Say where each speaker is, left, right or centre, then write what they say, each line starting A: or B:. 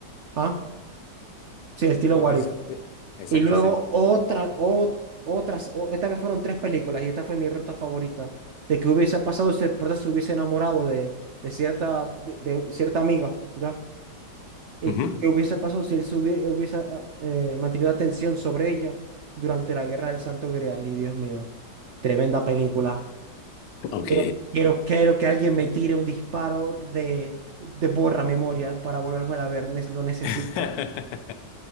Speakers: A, on the right (about 65°); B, on the left (about 75°).
A: ¿Ah? Sí, estilo
B: Digo
A: What
B: que es,
A: If.
B: Eh, Exacto,
A: Y luego
B: sí.
A: otra, o- otras, o- esta vez fueron tres películas y esta fue mi ruta favorita. De que hubiese pasado si el prota se hubiese enamorado de, de cierta, de, de cierta amiga, ¿ya? Y
B: Ujú.
A: qué hubiese pasado si él se hubie- hubiese, ah, eh, mantenido atención sobre ella durante la Guerra del Santo Grial. Y Dios mío, tremenda película.
B: Ok.
A: Pero quiero, quiero que alguien me tire un disparo de, de borra memoria para volverme a ver, nes- lo necesito.
B: <laughs>